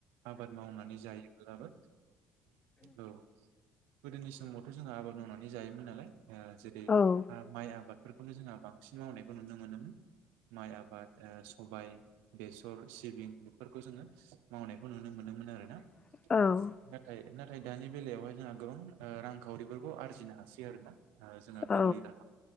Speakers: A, on the right; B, on the left.
A: आबाद मावनानै जायोब्लाबो औ गोदोनि समावथ' जोंहा आबाद मावनानै जायोमोन नालाय। ओ जेरै
B: औ औ
A: माइ आबादफोरखौनो जोंहा बांसिन मावनायखौ नुनो मोनोमोन। माइ आबाद ओ सबाय, बेसर, सिबिं बेफोरखौ जोङो मावनायखौ नुनो मोनो मोन आरोना।
B: औ
A: नाथाय नाथाय दानि बेलायावहाय जोंहा गोबां ओ रांखावरिफोरखौ आरजिनो हासै आरोना ओ जोंहा
B: औ
A: गोरलै राहा